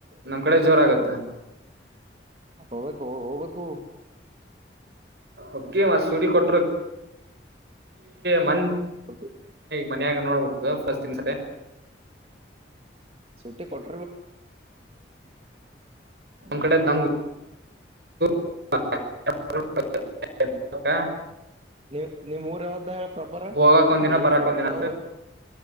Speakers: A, on the right; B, on the right.
A: ನಮ್ ಕಡೆ ಜೋರ ಆಗತ್ತೆ
B: ಹೋಗಬೇಕು ಹೋಗ್ಬೇಕು
A: ಓಕೆ ಮಸೂಡಿ ಕೊಟರು ಮ
B: ಸಟು
A: ಮನ್ಯಾಗ ನೋಡ್ಬೇಕು ಫಸ್ಟ್ ದನ್ಸರಿ
B: ಸಟ್ಟೆ ಕೊಟ್ಟ
A: ಕಟ ನ <inaudible>
B: ನೀವು್ ನಿಮ್ ಊರ ಯಾವ್ದ ಪ್ರಾಪರ್
A: ಹೋಗಕ್ ಒಂದಿನ
B: ನಿಮ್ ಊರ್
A: ಬರಾಕ್
B: ಪ್ರಾಪರ್
A: ಒಂದಿನ
B: ಯಾವ್ದು